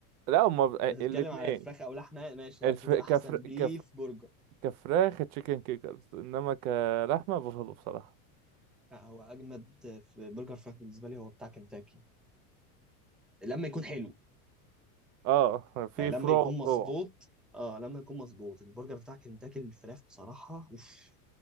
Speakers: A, on the right; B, in the centre.
A: لا هما ب-
B: هتتكلم
A: الاتنين
B: على فراخ او لحمه ماشي
A: الف...
B: يا سيدي
A: كفر...
B: احسن بيف
A: كف...
B: برجر
A: كفراخ تشيكن كيكرز إنما كلحمة بافلو بصراحة
B: لا هو اجمد في برجر فراخ بالنسبه لي هو بتاع كنتاكي لما يكون حلو
A: اه في
B: يعني
A: فروع
B: لما يكون مظبوط
A: فروع
B: اه لما يكون مظبوط البرجر بتاع كنتاكي الفراخ بصراحه اوف